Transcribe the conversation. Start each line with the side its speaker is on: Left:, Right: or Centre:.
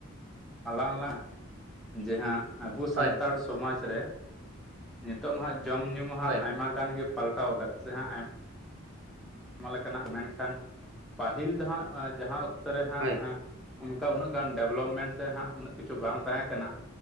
Centre: ᱟᱞᱟᱝᱞᱟᱝ ᱡᱮ ᱦᱟᱸᱜ ᱟᱵᱚ ᱥᱟᱱᱛᱟᱲ
Right: ᱦᱳᱭ
Centre: ᱥᱚᱢᱟᱡᱽ ᱨᱮ ᱱᱤᱛᱚᱜ ᱢᱟ ᱡᱚᱢᱼ ᱧᱩᱩ ᱢᱟ ᱦᱟᱸ
Right: ᱦᱳᱭ
Centre: ᱟᱭᱢᱟ ᱜᱟᱱ ᱜᱮ ᱯᱟᱞ <unintelligible> ᱟᱭᱢᱟ ᱞᱮᱠᱟᱱᱟᱜ ᱢᱮᱱᱠᱷᱟᱱ ᱯᱟᱹᱦᱤᱞ ᱫᱚ ᱦᱟᱸᱜ ᱡᱟᱦᱟᱸ ᱚᱠᱛᱚ ᱨᱮ ᱦᱟᱸᱜ
Right: ᱦᱳᱭ
Centre: ᱚᱱᱠᱟ ᱩᱱᱟᱹᱜ ᱜᱟᱱ ᱰᱮᱵᱞᱚᱯᱢᱮᱱᱴ ᱥᱮ ᱦᱟᱸᱜ ᱩᱱᱟᱹᱜ ᱠᱤᱪᱷᱩ ᱵᱟᱝ ᱛᱟᱦᱮᱸ ᱠᱟᱱᱟ᱾